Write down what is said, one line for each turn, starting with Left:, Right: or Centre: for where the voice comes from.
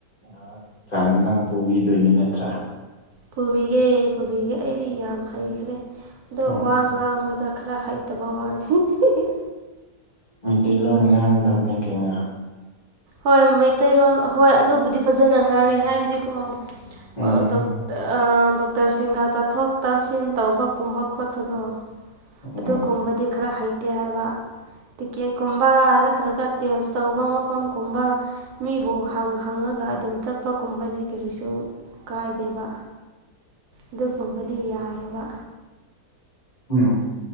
Left: ꯅꯥꯔꯛꯀꯥꯟꯅ ꯅꯪ ꯄꯨꯕꯤꯗꯣꯏꯅꯤ ꯅꯠꯇ꯭ꯔꯥ
Right: ꯄꯨꯕꯤꯒꯦ ꯄꯨꯕꯤꯒꯦ ꯑꯩꯗꯤ ꯌꯥꯝ ꯍꯩꯈ꯭ꯔꯦ ꯑꯗꯣ
Left: ꯎꯝ
Right: ꯋꯥ ꯉꯥꯡꯕꯗ ꯈꯔ ꯍꯩ <unintelligible>
Left: ꯃꯩꯇꯩ ꯂꯣꯟ ꯉꯥꯡꯒꯗꯕꯅꯤ ꯀꯩꯅꯣ꯫
Right: ꯍꯣꯏ ꯃꯩꯇꯩꯂꯣꯟ ꯍꯣꯏ ꯑꯗꯨꯕꯨꯗꯤ ꯐꯖꯅ ꯉꯥꯡꯉꯦ ꯍꯥꯏꯕꯗꯤ꯫ <unintelligible>
Left: ꯎꯝ
Right: ꯗꯣꯛꯇꯔꯁꯤꯡꯒ ꯇꯥꯊꯣꯛ ꯇꯥꯁꯤꯟ ꯇꯧꯕꯒꯨꯝꯕ ꯈꯣꯠꯄꯗꯣ
Left: ꯎꯝ
Right: ꯑꯗꯨꯒꯨꯝꯕꯗꯤ ꯈꯔ ꯍꯩ ꯇꯦ ꯍꯥꯏꯕ ꯇꯤꯀꯦꯠꯀꯨꯝꯕ ꯅꯠꯇ꯭ꯔꯒ ꯇꯦꯁ ꯇꯧꯕ ꯃꯐꯝꯒꯨꯝꯕ ꯃꯤꯕꯨ ꯍꯪ ꯍꯪꯉꯒ ꯑꯗꯨꯝ ꯆꯠꯄꯒꯨꯝꯕꯗꯤ ꯀꯔꯤꯁꯨ ꯀꯥꯏꯗꯦꯕ ꯑꯗꯨꯒꯨꯝꯕꯗꯤ ꯌꯥꯏꯑꯕ
Left: ꯎꯝ